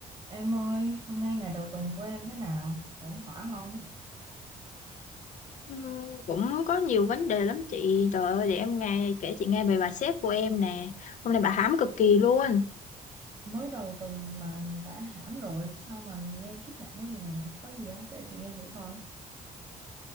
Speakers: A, on the right; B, on the left.
A: Em ơi, hôm nay ngày đầu tuần của em thế nào? Ổn thỏa không?
B: Ừ, cũng có nhiều vấn đề lắm chị trời ơi để em nghe kể chị nghe về bà sếp của em nè hôm nay bà hãm cực kỳ luôn
A: Mới đầu tuần mà đã hãm rồi, sao mà nghe kiếp nạn quá vậy nè? Có gì á, kể chị nghe thử coi.